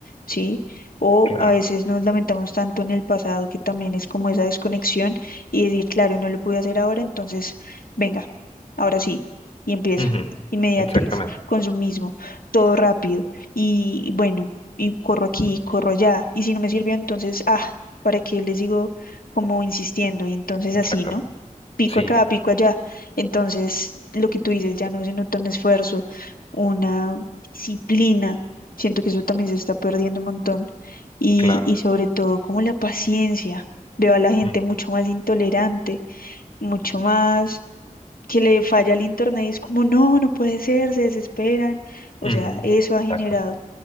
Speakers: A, on the left; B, on the left.
A: ¿sí? O
B: claro.
A: a veces nos lamentamos tanto en el pasado que también es como esa desconexión y decir, claro, no lo pude hacer ahora, entonces, venga, ahora sí, y empieza.
B: Ujú,
A: Inmediatez,
B: Exactamente,
A: consumismo, todo rápido y bueno, y corro aquí, y corro allá, y si no me sirvió, entonces, ah, ¿para qué les digo como insistiendo? Y entonces
B: exactamente.
A: así, ¿no? pico
B: Sí,
A: acá, pico allá. Entonces, lo que tú dices, ya no se nota un esfuerzo, una disciplina. Siento que eso también se está perdiendo un montón. Y,
B: claro.
A: y sobre todo, como la paciencia. Veo a la gente
B: Ujú,
A: mucho más intolerante, mucho más que le falla el internet y es como, no, no puede ser, se desesperan. O
B: ujú,
A: sea, eso ha generado
B: Exacto.